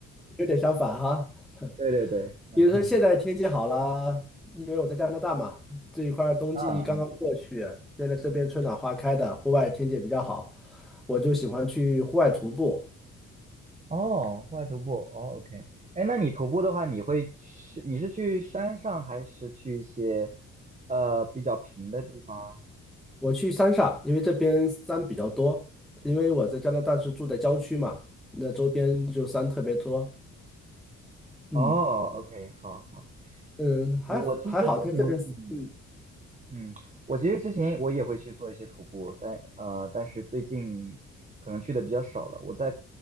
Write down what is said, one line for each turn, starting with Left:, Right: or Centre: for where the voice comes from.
Centre: 有点相反哈。
Right: <laughs>
Centre: <laughs>
Right: 对对对，嗯，
Centre: 比如说现在天气好了，因为我在加拿大嘛，这一块儿冬季刚刚过去，
Right: <laughs> 啊，
Centre: 现在这边春暖花开的，户外天气比较好，我就喜欢去户外徒步。
Right: 哦，户外徒步，哦，OK。哎，那你徒步的话，你会去，你是去山上还是去一些呃比较平的地方啊？
Centre: 我去三亚，因为这边山比较多，因为我在加拿大是住在郊区嘛，那周边就山特别多。嗯
Right: 哦，OK，好好。
Centre: 嗯，还好还好，
Right: 我我其实之前，
Centre: 它这边是嗯，
Right: 嗯嗯，我其实之前我也会去做一些徒步，但呃，但是最近可能去的比较少了。我在，